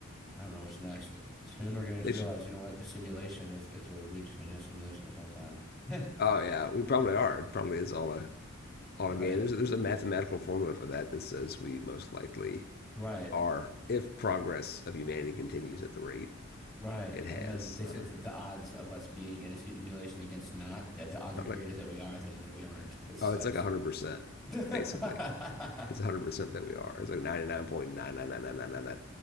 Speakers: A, in the centre; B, on the left.
A: I don't know what's next. Soon we're gonna just
B: they
A: realize,
B: should.
A: you know what, the simulation is. It's what we've just been in a simulation this whole time. <laughs>
B: Oh yeah, we probably are. It probably is all a all
A: Right,
B: a game. There's a, there's a mathematical formula for that that says we most likely
A: right,
B: are if progress of humanity continues at the rate
A: right.
B: it has.
A: I know that they said
B: Uh,
A: that the odds of us being in a simulation against not, that the odds are greater
B: like
A: that we are than that we aren't. It's
B: oh,
A: that's
B: it's like a hundred percent
A: <laughs>
B: basically. It's a hundred percent that we are. It's like ninety nine point nine nine nine nine nine nine nine